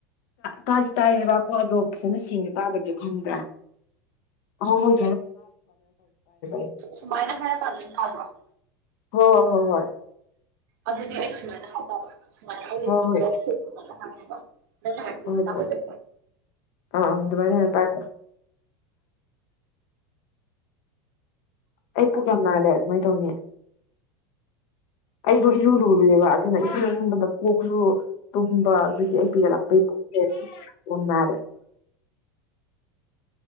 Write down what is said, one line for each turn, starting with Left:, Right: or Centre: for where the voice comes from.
Left: ꯇꯥ ꯇꯥꯏ ꯌꯦꯕꯀꯣ ꯑꯗꯣ ꯐꯖꯅ ꯁꯦꯡꯅ ꯇꯥꯗꯕꯗꯣ ꯈꯪꯕ꯭ꯔꯥ ꯑꯍꯧ‌ꯍꯧ <unintelligible>
Right: ꯁꯨꯃꯥꯏꯅ ꯍꯥ ꯈꯔ ꯁꯥꯕꯗꯤ ꯐꯥꯎꯕꫪꫭ
Left: ꯍꯣ ꯍꯣꯏ ꯍꯣꯏ ꯍꯣꯏ
Right: ꯑꯗꯨꯗꯤ ꯑꯩ ꯁꯨꯃꯥꯏꯅ ꯍꯥꯏ ꯇꯕ ꯁꯨꯃꯥꯏꯅ ꯑꯩ
Left: ꯍꯣꯏ
Right: ꯍꯥꯏꯕ
Left: ꯍꯣꯏ ꯍꯣꯏ
Right: ꯅꯪꯅ ꯍꯥꯏꯕꯗꯨ
Left: ꯍꯣꯏ ꯍꯣꯏ
Right: ꯇꯥꯍꯧꯗꯦ
Left: ꯍꯣꯏ ꯑꯥ ꯑꯥ ꯑꯗꯨꯃꯥꯏ ꯍꯥꯏꯌꫭ ꯇꯥꯏ ꯑꯩ ꯄꯨꯛ ꯌꯥꯝ ꯅꯥꯔꯦ ꯀꯃꯥꯏ ꯇꯧꯅꯤ ꯑꯩꯗꯨ ꯏꯔꯨ ꯂꯨꯔꯨꯔꯦꯕ ꯑꯗꯨꯅ ꯏꯁꯤꯡ ꯏꯪꯕꯗ ꯀꯣꯛꯁꯨ ꯇꯨꯝꯕ ꯑꯗꯨꯒꯤ ꯑꯩ ꯄꯦꯔꯠ ꯂꯥꯛꯄꯩ ꯄꯨꯛꯁꯦ ꯑꯣꯝꯅꯔꯦ